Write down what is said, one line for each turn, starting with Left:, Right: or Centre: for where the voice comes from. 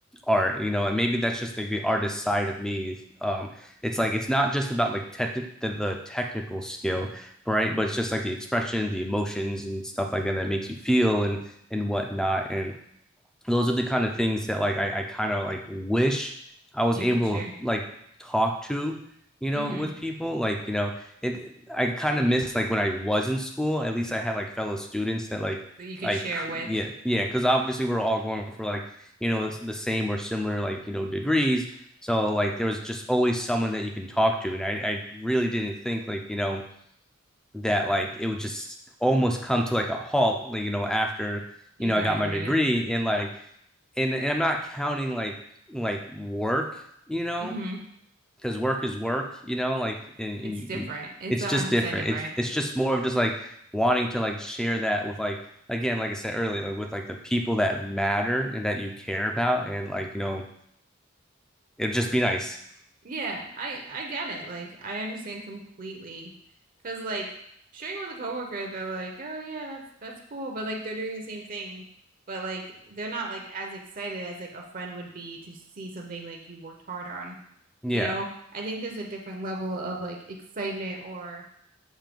Centre: art you know and maybe that's just like the artist side of me um it's like it's not just about like tech the, the technical skill right but it's just like the expression the emotions and stuff like that that makes you feel and and whatnot and those are the kind of things that like I, I kind of like wish I was
Right: You
Centre: able
Right: could share.
Centre: to like talk to, you know,
Right: Mm-hmm.
Centre: with people. Like, you know, it I kind of miss like when I was in school, at least I had like fellow students that like
Right: So you could
Centre: like
Right: share with
Centre: yeah, yeah, because obviously we're all going for like, you know, the same or similar like, you know, degrees. So like there was just always someone that you can talk to. And I, I really didn't think like, you know, that like it would just almost come to like a halt, like, you know, after,
Right: you
Centre: you know,
Right: graduated.
Centre: I got my degree and like and and I'm not counting like like work, you know,
Right: Mm-hmm.
Centre: because work is work, you know, like and, and
Right: It's
Centre: you,
Right: different.
Centre: you,
Right: It's
Centre: it's
Right: a
Centre: just
Right: hundred
Centre: different.
Right: percent different.
Centre: It's it's just more of just like wanting to like share that with like again, like I said earlier, like with like the people that matter and that you care about, and like you know, it'd just be nice.
Right: Yeah, I I get it. Like I understand completely. 'Cause like sharing with a coworker, they're like, "Oh yeah, that's that's cool." But like they're doing the same thing, but like they're not like as excited as like a friend would be to see something like you worked hard on.
Centre: Yeah,
Right: You know? I think there's a different level of like excitement or